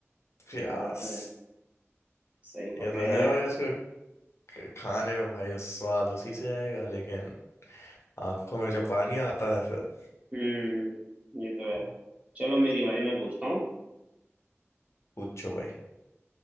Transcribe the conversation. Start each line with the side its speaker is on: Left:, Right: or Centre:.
Left: प्यास
Right: ये बात तो है सही पकड़े
Left: ये तो
Right: हैं
Left: है भाई उसको क- खाने में भाई स्वाद उसी से आएगा लेकिन आंखों में जो पानी आता है फिर
Right: हम्म ये तो है
Left: हम्म।
Right: चलो मेरी बारी मैं पूछता हूँ
Left: पूछो भाई